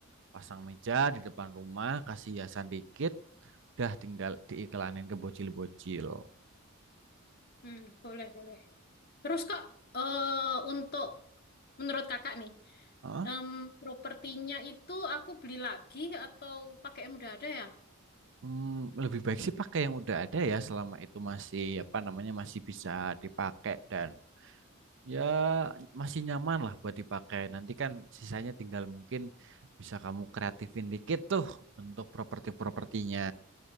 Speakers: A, on the right; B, on the left.
A: pasang meja di depan rumah, kasih hiasan dikit, udah tinggal diiklanin ke bocil-bocil.
B: Hmm, boleh, boleh. Terus Kak, eh untuk menurut Kakak nih,
A: Hah?
B: em, propertinya itu aku beli lagi atau pakai yang udah ada ya?
A: Hmm, lebih baik sih pakai yang udah ada ya, selama itu masih apa namanya masih bisa dipakai dan ya masih nyaman lah buat dipakai. Nanti kan sisanya tinggal mungkin bisa kamu kreatifin dikit tuh untuk properti-propertinya.